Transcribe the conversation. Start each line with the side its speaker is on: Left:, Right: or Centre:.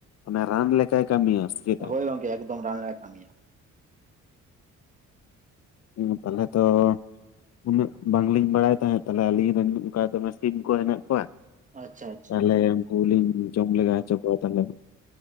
Left: ᱮ ᱨᱟᱱ ᱞᱮᱠᱟᱭ ᱠᱟᱹᱢᱤᱭᱟ ᱪᱮᱛᱟ?
Right: ᱦᱳᱭ ᱜᱚᱢᱠᱮ ᱮᱠᱫᱚᱢ ᱨᱟᱱ ᱞᱮᱠᱟᱭ ᱠᱟᱹᱢᱤᱭᱟ
Left: ᱦᱚᱸ ᱛᱟᱦᱚᱞᱮ ᱛᱚ ᱩᱱᱟᱹᱜ ᱵᱟᱝᱞᱤᱧ ᱵᱟᱲᱟᱭ ᱛᱟᱦᱮᱸᱫ ᱛᱟᱦᱚᱞᱮ ᱟᱹᱞᱤᱧ ᱨᱮᱱ ᱚᱱᱠᱟ ᱫᱚᱢᱮ ᱥᱤᱢ ᱠᱚ ᱦᱮᱱᱟᱜ ᱠᱚᱣᱟ
Right: ᱟᱪᱪᱷᱟ ᱟᱪᱪᱷᱟ᱾
Left: ᱛᱟᱦᱚᱞᱮ ᱩᱱᱠᱚ ᱞᱤᱧ ᱡᱚᱢ ᱞᱮᱜᱟ ᱦᱚᱪᱚ ᱠᱚᱣᱟ ᱛᱟᱦᱚᱞᱮ